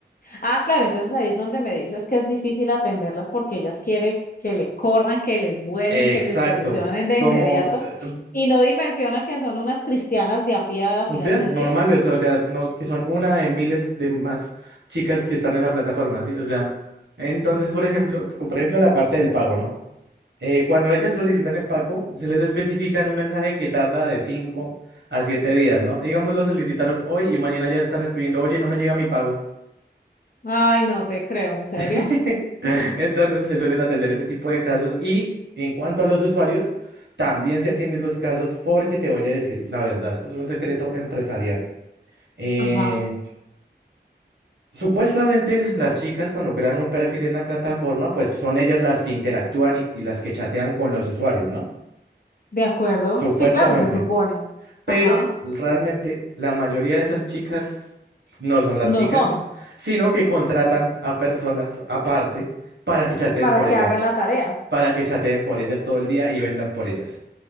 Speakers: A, on the left; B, on the right.
A: Ah, claro, entonces ahí es donde me dices que es difícil atenderlas porque ellas quieren que le corran, que les vuelen,
B: exacto.
A: que les solucionen de
B: Como,
A: inmediato
B: eh,
A: y no dimensionan que son unas cristianas de a pie a la
B: O
A: final
B: sea,
A: del
B: normales,
A: día.
B: o sea, no, que son una de miles de más chicas que están en la plataforma, ¿sí? O sea, entonces, por ejemplo, co- por ejemplo, la parte del pago, ¿no? Eh, cuando ellas solicitan el pago, se les especifica en un mensaje que tarda de cinco a siete días, ¿no? Digamos, lo solicitaron hoy y mañana ya están escribiendo, oye, no me llega mi pago.
A: Ay, no te creo, ¿en serio?
B: <laughs> Entonces, se suelen atender ese tipo de casos. Y en cuanto a los usuarios, también se atienden los casos porque te voy a decir la verdad, esto es un secreto empresarial. Eh,
A: Ajá,
B: Supuestamente las chicas cuando crean un perfil en la plataforma, pues son ellas las que interactúan y, y las que chatean con los usuarios, ¿no?
A: de acuerdo.
B: Supuestamente.
A: Sí, claro, se supone.
B: Pero
A: Ajá,
B: realmente la mayoría de esas chicas no son las
A: no
B: chicas,
A: son
B: sino que contratan a personas aparte para que chateen
A: para
B: por
A: que
B: ellas,
A: hagan la tarea.
B: para que chateen por ellas todo el día y vendan por ellas.